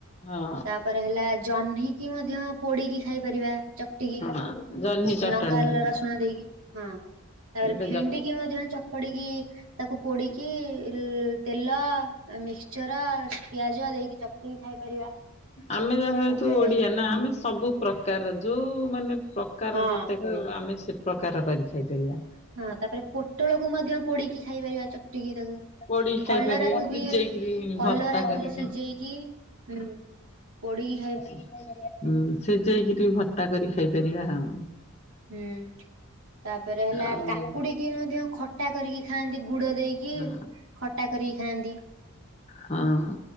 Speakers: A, on the left; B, on the right.
A: ହଁ
B: ତାପରେ ହେଲା ଜହ୍ନି କି ମଧ୍ୟ ପୋଡିକି ଖାଇ ପାରିବା ଚକଟିକି
A: ହଁ ଜହ୍ନି ଚଟଣି
B: ଲଙ୍କା
A: ହଁ
B: ରସୁଣ ଦେଇକି ହଁ ତାପରେ
A: ଯୋଉଟା
B: ଭେଣ୍ଡି
A: ଜହ୍ନି
B: କିି ମଧ୍ୟ ଚକଡିକି ତାକୁ ପୋଡିକି ତେଲ ମିକ୍ସଚର ପିଆଜ ଦେଇକି ଚ କି ଖାଇପାରିବା।
A: ଆମେ ଯେହେତୁ
B: ତାପରେ
A: ଓଡିଆ ନା ଆମେ ସବୁ ପ୍ରକାର ଯୋଉ ମାନେ ପ୍ରକାର
B: ହଁ
A: ଯେତେ କହିବ ଆମେ ସେ ପ୍ରକାର କରି ଖାଇପାରିବା।
B: ହଁ ତାପରେ ପୋଟଳକୁ ମଧ୍ୟ ପୋଡିକି ଖାଇ ପାରିବା ଚଟିକି ତାକୁ
A: ପୋଡି ଖାଇପାରିବା
B: କଲରାକୁ
A: ସିଝେଇକିରି
B: ବି କଲରାକୁ
A: ଭର୍ତ୍ତା କରିକି
B: ସିଝେଇକି ହୁଁ ପୋଡ଼ିିକି
A: ହଁ ସି ଯାଇକି ଟିକେ ଭତ୍ତା କରି ଖାଇପାରିବା ହଁ।
B: ହୁଁ। ତାପରେ ହେଲା
A: ଆଉ
B: କାକୁଡିକି ମଧ୍ୟ ଖଟା କରିକି ଖାଆନ୍ତି ଗୁଡ ଦେଇକି
A: ହଁ
B: ଖ ଟା କରିକି ଖାଆନ୍ତି
A: ହଁ